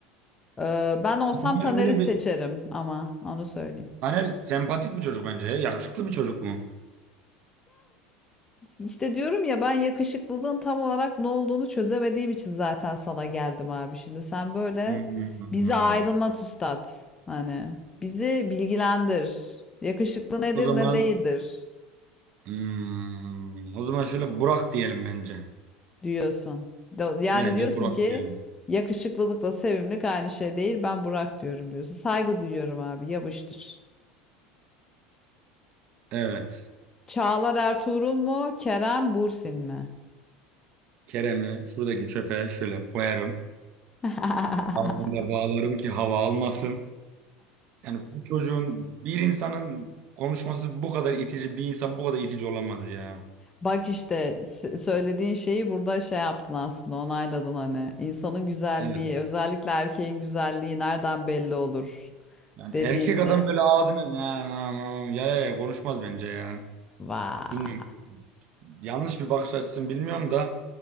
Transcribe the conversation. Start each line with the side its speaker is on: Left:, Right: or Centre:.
Left: E, Ben olsam
Right: Yani
Left: Taner'i
Right: böyle
Left: seçerim
Right: bir
Left: ama onu söyleyeyim.
Right: Taner sempatik bir çocuk bence ya. Yakışıklı bir çocuk mu?
Left: İşte diyorum ya ben yakışıklılığın tam olarak ne olduğunu çözemediğim için zaten sana geldim abi. Şimdi sen böyle
Right: Hmm.
Left: bizi aydınlat üstad. Hani bizi bilgilendir. Yakışıklı nedir
Right: O zaman
Left: ne değildir.
Right: hmm, o zaman şöyle Burak diyelim bence.
Left: diyorsun. Do- Yani
Right: Bence
Left: diyorsun
Right: Burak
Left: ki
Right: diyelim.
Left: yakışıklılıkla sevimlilik aynı şey değil. Ben Burak diyorum diyorsun. Saygı duyuyorum abi. Yapıştır.
Right: Evet.
Left: Çağlar Ertuğrul mu? Kerem Bürsin mi?
Right: Kerem'i şuradaki çöpe şöyle koyarım.
Left: <laughs>
Right: Ardında bağlarım ki hava almasın. Yani bu çocuğun bir insanın konuşması bu kadar itici bir insan bu kadar itici olamaz ya.
Left: Bak işte s- söylediğin şeyi burada şey yaptın aslında onayladın hani. İnsanın güzelliği,
Right: Evet.
Left: özellikle erkeğin güzelliği nereden belli olur
Right: Yani
Left: dediğinde.
Right: erkek adam böyle ağzını ya, ya, ya, ya, konuşmaz bence ya.
Left: Vay.
Right: Bilmiyorum. yanlış bir bakış açısını bilmiyorum da